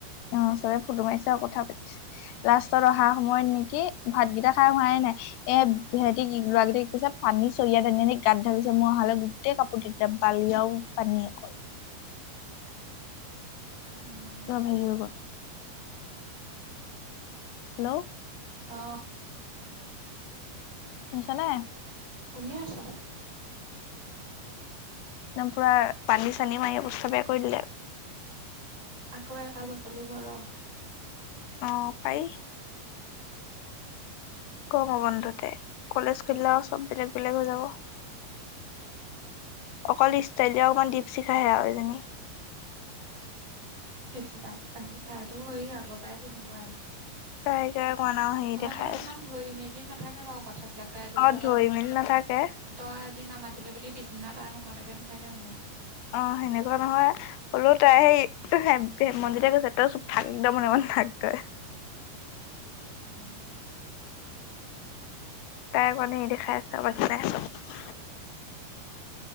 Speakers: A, on the left (about 80°); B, on the right (about 35°).
A: অ চবে ফটো মাৰিছে আৰু কথা পাতিছে। লাষ্টত অহা সময়ত নেকি ভাতকেইটা কায়ো খোৱাই নাই। এ সিহঁতি <inaudible> ল'ৰাকেইটা কি কৈছে। পানী চৰিয়াত আনি আনিয গাত ঢালিছে মই অহালৈ গোটেই কাপোৰ কিনি বালিয়ও পানী অকল।
B: উম
A: <unintelligible> হেল্ল'।
B: অ।
A: শুনিছা নে।
B: শুনিয়ে আছোঁ।
A: একদম পুৰা পানী চানি মাৰি অবস্থা বেয়া কৰি দিলে।
B: আকৌ এটা জাপলি ভৰ।
A: অঁ পায়। গৰমৰ বন্ধতে কলেজ খুলিলে আও চব বেলেগ বেলেগ হৈ যাব।
B: <inaudible>
A: অকল ষ্টাইলীয়ে অকণমান দীপশিখাই সেয়া এইজনী।
B: দিপচিকা তাইটো সেই আগৰ পৰাই তেনেকুৱাই।
A: <unintelligible> হেৰি দেখাই
B: হ'লেও ইমান
A: চে।
B: ধৰি মেলি নাথাকে বাৰু কথাবিলাক তাই ধৰি
A: অ
B: ল তই ন।
A: মেলি নাথাকে
B: তই আজি নামাতিলে বুলি পিছিদিনা তাৰ নমতাকে নাথাকে মানে।
A: অ সেনেকুৱা নহয় হলেও তাই সেই। <unintelligible> কৈছে তই চুপ থাক একদম মনে মনে থাক তই।
B: উম।
A: <unintelligible>